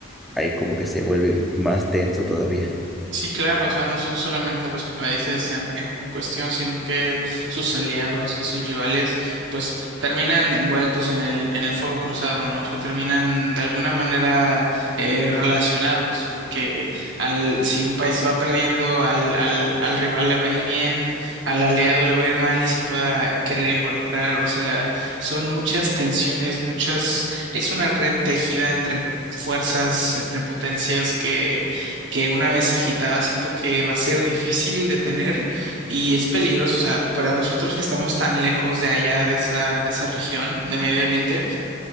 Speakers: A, in the centre; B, on the right.
A: ahí como que se vuelve más tenso todavía.
B: Sí, claro, o sea, no son solamente los países en, en cuestión, sino que sus aliados y sus rivales, pues terminan envueltos en el, en el fuego cruzado, ¿no? O sea, terminan de alguna manera eh, relacionados, porque al, si un país va perdiendo, al, al, al rival le va a ir bien, al aliado le va a ir mal y se pueda querer involucrar, o sea, son muchas tensiones, muchas, es una red tejida entre fuerzas, entre potencias que que una vez agitada siento que va a ser difícil de tener y es peligroso. O sea, para nosotros que estamos tan lejos de allá, de esa, de esa región de Medio Oriente,